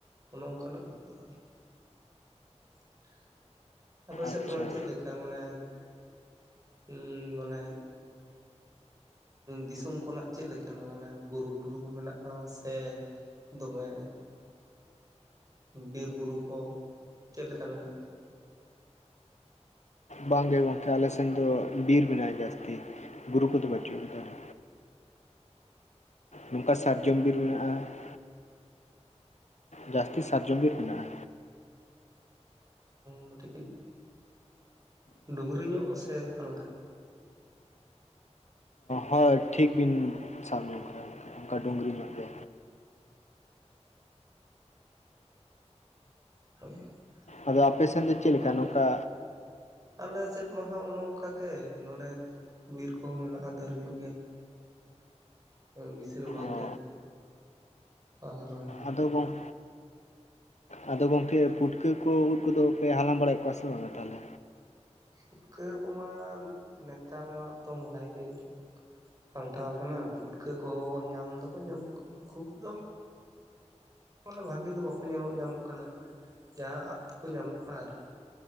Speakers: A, on the right (about 30°); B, on the left (about 75°).
A: ᱚᱱᱮ ᱚᱱᱠᱟᱱᱟᱜ <unintelligible> ᱟᱯᱮ ᱥᱮᱫ
B: ᱟᱪᱪᱷᱟ
A: ᱱᱚᱣᱟ ᱪᱮᱫ ᱞᱮᱠ ᱛᱟᱨ ᱢᱟᱱᱮ ᱩ ᱢᱟᱱᱮ ᱫᱤᱥᱚᱢ ᱠᱚᱱᱟᱜ ᱪᱮᱫ ᱞᱮᱠᱟᱱᱟᱜ ᱢᱟᱱᱮ ᱵᱩᱨᱩ ᱴᱩᱨᱩ ᱠᱚ ᱢᱮᱱᱟᱜᱼᱟ ᱥᱮ? ᱫᱚᱢᱮ ᱵᱤᱨᱵᱩᱨᱩ ᱠᱚ ᱪᱮᱫ ᱞᱮᱠᱟ ᱢᱮᱱᱟᱜᱼᱟ?
B: ᱵᱟᱝᱜᱮ ᱜᱚᱝᱠᱮ ᱟᱞᱮᱥᱮᱱ ᱫᱚ ᱵᱤᱨ ᱢᱮᱱᱟᱜᱼᱟ ᱡᱟᱹᱥᱛᱤ ᱵᱩᱨᱩ ᱠᱚᱫᱚ ᱵᱟᱹᱪᱩᱜ ᱟᱠᱟᱫᱼᱟ ᱱᱚᱝᱠᱟ ᱥᱟᱨᱡᱚᱢ ᱵᱤᱨ ᱢᱮᱱᱟᱜᱼᱟ ᱾ ᱡᱟᱹᱥᱛᱤ ᱥᱟᱨᱡᱚᱢ ᱵᱤᱨ ᱢᱮᱱᱟᱜᱼᱟ
A: ᱢᱤᱫᱴᱤᱡ ᱰᱩᱝᱨᱤ ᱧᱚᱜ ᱟ ᱥᱮ ᱚᱠᱟᱞᱮᱠᱟ?
B: ᱦᱳᱭ ᱴᱷᱤᱠ ᱵᱤᱱ ᱥᱟᱵ ᱧᱚᱜ ᱟᱠᱟᱫᱟ ᱚᱱᱠᱟ ᱰᱩᱝᱨᱤ ᱧᱚᱜ ᱜᱮ
A: <inaudible>
B: ᱟᱫᱚ ᱟᱯᱮᱥᱮᱱ ᱫᱚ ᱪᱮᱫ ᱞᱮᱠᱟ
A: ᱢᱟᱱᱮ
B: ᱱᱚᱝᱠᱟ
A: ᱟᱞᱮ ᱥᱮᱫ ᱢᱟ ᱦᱟᱸᱜ ᱚᱱᱮ ᱚᱱᱠᱟᱜᱮ ᱢᱟᱱᱮ ᱵᱤᱨ ᱠᱚᱦᱚ ᱢᱮᱱᱟᱜᱼᱟ ᱫᱷᱮᱨ ᱧᱚᱜ ᱜᱮ ᱾ ᱵᱮᱥᱤᱨ ᱵᱷᱟᱜᱽ
B: ᱚ
A: ᱜᱮ ᱟᱨ
B: ᱟᱫᱚ ᱜᱚᱝᱼ ᱟᱫᱚ ᱜᱚᱝᱠᱮ ᱯᱩᱴᱠᱟᱹ ᱠᱚ ᱩᱫ ᱠᱚᱫᱚ ᱯᱮ ᱦᱟᱞᱟᱝ ᱵᱟᱲᱟᱭᱮᱫ ᱠᱚᱣᱟ ᱥᱮ ᱵᱟᱝᱟ ᱛᱟᱦᱞᱮ?
A: ᱯᱩᱴᱠᱟᱹ ᱠᱚᱢᱟ ᱱᱮᱛᱟᱨ ᱢᱟ ᱛᱚᱢ ᱵᱟᱲᱟᱭ ᱜᱮᱭᱟ ᱯᱟᱞᱴᱟᱣ ᱟᱠᱟᱱᱟ ᱯᱷᱩᱴᱠᱟᱹ ᱠᱚᱦᱚ ᱧᱟᱢ ᱫᱚᱠᱚ ᱧᱟᱢᱚᱜ ᱠᱟᱱᱟ ᱠᱷᱩᱵᱽ ᱫᱚ ᱢᱮᱱᱮ ᱵᱷᱟᱹᱜᱮ ᱫᱚ ᱵᱟᱠᱚ ᱧᱮᱞᱚᱜ ᱧᱟᱢᱚᱜ ᱠᱟᱱᱟ ᱡᱟᱦᱟ ᱟᱫ ᱠᱚ ᱧᱟᱢᱚᱜ ᱠᱟᱱᱟ ᱟᱨᱠᱤ